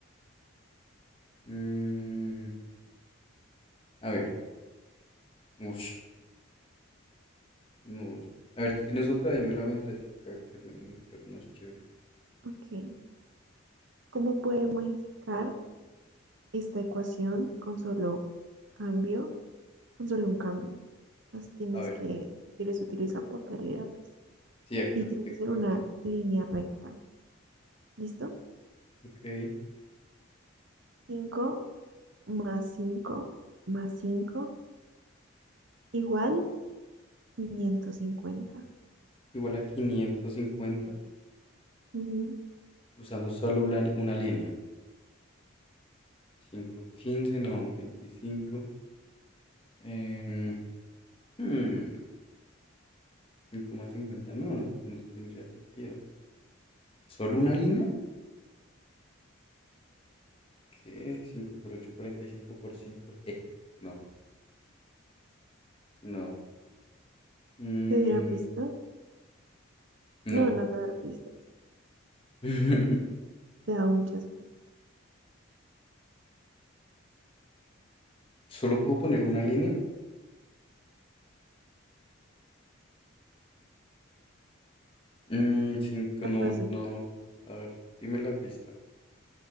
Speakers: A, on the left; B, on the right.
A: Mm, a ver, ush, no. A ver, tú tienes otra, dímela mientras yo acá termino de buscar unos chéveres.
B: ok. ¿Cómo puede modificar esta ecuación con solo cambio, con solo un cambio? Entonces tienes
A: A ver,
B: que, si quieres, utiliza papel y lápiz.
A: sí, acá
B: Y tiene
A: tengo,
B: que ser
A: tranquila.
B: una línea recta. ¿Listo?
A: Ok,
B: 5 más 5 más cinco igual 550.
A: igual a 550
B: Ujú.
A: usando solo una, una línea. cinco quince no, veinticinco em, hmm, cinco más cincuenta no, no, no tendría sentido. ¿Solo una línea? ¿Qué? cinco por ocho cuarenta y cinco por 5. <laughs> No, no. Mm,
B: ¿Te doy una pista?
A: no.
B: No, no te voy a dar pistas.
A: <laughs>
B: Te he dado muchas pistas.
A: ¿Solo puedo poner una línea? Mm, cinco,
B: Tan
A: no,
B: fácil.
A: no. A ver, dime la pista.